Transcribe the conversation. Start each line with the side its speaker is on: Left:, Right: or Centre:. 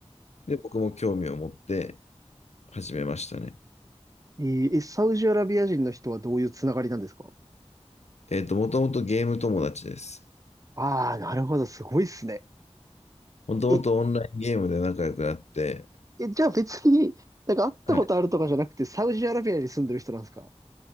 Left: で、僕も興味を持って始めましたね。
Right: えーえ、サウジアラビア人の人はどういうつながりなんですか
Left: えっと、もともとゲーム友達です。
Right: ああー、なるほど。すごいっすね。
Left: もともとオンラインゲームで仲良くなって、
Right: え、え、じゃあ別に、なんか会ったことあるとかじゃなくて、
Left: はい。
Right: サウジアラビアに住んでる人なんですか